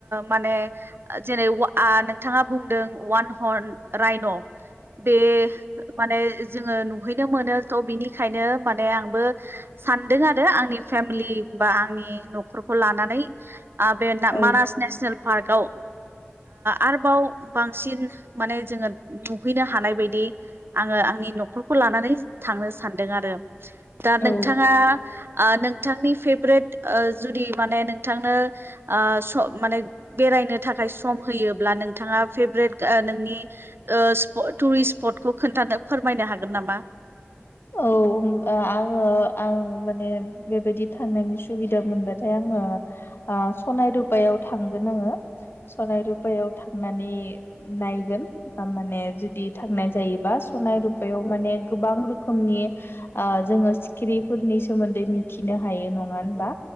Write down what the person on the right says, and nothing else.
माने जेरै वा आं नोंथाङा बुंदों वान हर्न राइन' बे माने जोङो नु हैनो मोनो थ' बिनिखायनो माने आंबो सानदों आरो आंनि फेमिलि बा आंनि न'खरखौ लानानै आ बे ना
मानास नेसनेल पार्कआव आरोबाव बांसिन माने जोङो नुहैनो हानाय बायदि आङो आंनि न'खरखौ लानानै थांनो सानदों आरो दा नोंथाङा
ओ नोंथांनि फेभरेट जुदि माने नोंथांनो माने बे नो थाखाय सम होयोब्ला नोंथाङा फेब्रेट गा ओ नि ओ स्पट टुरिस स्पटखौ खोनथानो फोरमायनो हागोन नामा?